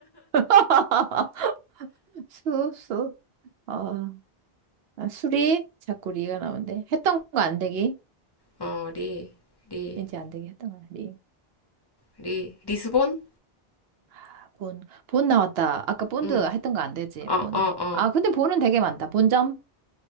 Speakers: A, on the right; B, on the left.
A: <laughs> 수, 수. 어, 아, 수리? 자꾸 리가 나오는데. 했던 거 안 되기?
B: 어, 리, 리,
A: 이제 안 되기 했던 거야, 리.
B: 리, 리스본?
A: 아, 본. 본 나왔다. 아까 본드
B: 응,
A: 했던 거 안 되지,
B: 어,
A: 본.
B: 어, 어.
A: 아, 근데 본은 되게 많다. 본점?